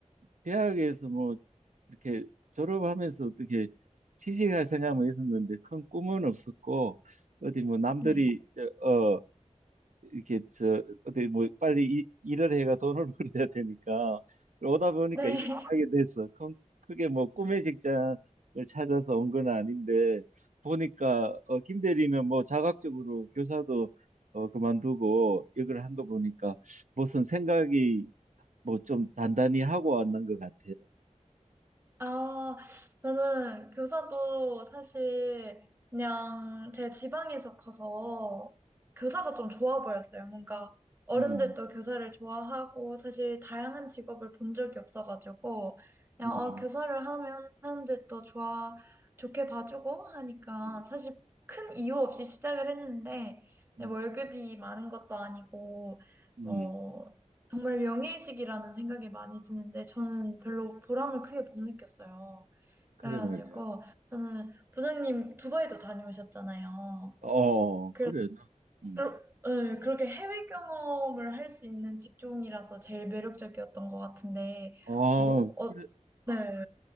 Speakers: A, on the right; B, on the right.
A: 대학에서 뭐 이렇게 졸업하면서 어떻게 취직할 생각은 있었는데 큰 꿈은 없었고, 어디 뭐 남들이,
B: 네.
A: 저, 어, 이렇게 저 어디 뭐 빨리 이- 일을 해가 돈을 <laughs> 벌어야 되니까 오다 보니까
B: 네.
A: 이렇게 하게 됐어. 큰- 크게 뭐 꿈의 직장을 찾아서 온 건 아닌데 보니까 어, 김 대리는 뭐 자각적으로 교사도 어, 그만두고 이걸 한 거 보니까 무슨 생각이 뭐 좀 단단히 하고 왔는 것 같아.
B: 아, 저는 교사도 사실 그냥 제 지방에서 커서 교사가 좀 좋아 보였어요. 뭔가 어른들도
A: 음,
B: 교사를 좋아하고 사실 다양한 직업을 본 적이 없어가지고 그냥
A: 음,
B: 어, 교사를 하면 사람들도 좋아, 좋게 봐주고 하니까
A: 음,
B: 사실 큰 이유 없이 시작을 했는데
A: 음,
B: 뭐 월급이 많은 것도 아니고
A: 음.
B: 뭐 정말 명예의이라는 생각이 많이 드는데 저는 별로 보람을 크게 못 느꼈어요.
A: 그래
B: 그래가지고
A: 말이야.
B: 저는 부장님 두바이도 다녀오셨잖아요.
A: 어,
B: 그래서
A: 그래. 나- 음.
B: 그러- 예, 그렇게 해외 경험을 할 수 있는 직종이라서 제일 매력적이었던 것 같은데
A: 아,
B: 뭐 어,
A: 그래.
B: 네.